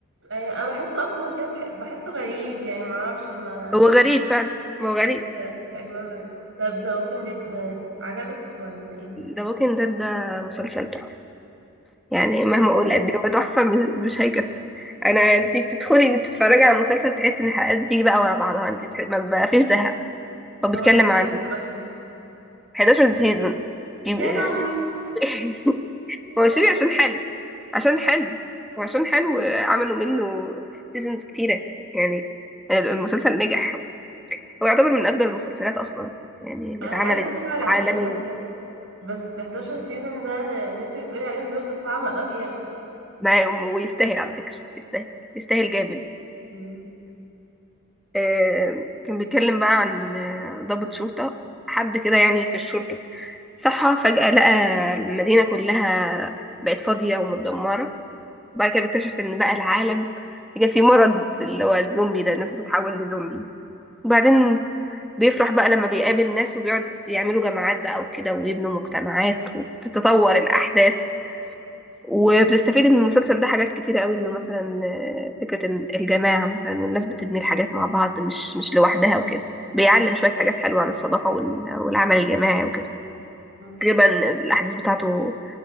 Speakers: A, on the right (about 65°); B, in the centre.
A: أيوة، أنا بحسه أصلا كده تح- بحسه غريب يعني معرفش ما
B: هو غريب فعلا هو
A: ما
B: غريب
A: اتركز في أجواء غريب طب ذا ووكينج ديد ده عجبك ولا إيه؟
B: ذا ووكينج ديد ده مسلسل تحفه يعني مهما
A: بجد
B: اقول قد ايه هو تحفه مش مش هيكفي انا انت بتدخلي تتفرجي على المسلسل تحسي ان الحلقات بتيجي بقى ورا بعضها انت تح... ما ما فيش زهق هو بيتكلم
A: هو كام سيزون
B: عن
A: أصلا؟
B: 11 سيزون يبقى-
A: يا لهوي
B: <laughs> هو
A: يا
B: شيء
A: لهوي.
B: عشان حلو عشان حلو وعشان حلو عملوا منه سيزونز كتيره يعني المسلسل نجح هو يعتبر من افضل المسلسلات اصلا يعني اللي
A: أنا
B: اتعملت
A: عايزة أتفرج عليه
B: عالمي
A: بس بس 11 سيزون ده اللي أنت بتقولي عليهم دول صعبة أوي يعني
B: ما ويستاهل على فكره يستاهل يستاهل جامد
A: مم.
B: آه، كان بيتكلم بقى عن آه، ضابط شرطة حد كده يعني في الشرطة صحى فجأة لقى المدينة كلها بقت فاضية ومتدمرة وبعد كده بيكتشف ان بقى العالم جه فيه مرض اللي هو الزومبي ده الناس بتتحول لزومبي وبعدين بيفرح بقى لما بيقابل ناس وبيقعد يعملوا جماعات بقى وكده ويبنوا مجتمعات وتتطور الأحداث وبتستفيد من المسلسل ده حاجات كتيرة قوي انه مثلا آه، فكرة إن الجماعة مثلا والناس بتبني الحاجات مع بعض مش مش لوحدها وكده بيعلم شوية حاجات حلوة عن الصداقة وال- والعمل الجماعي وكده
A: مم.
B: غالبا الأحداث بتاعته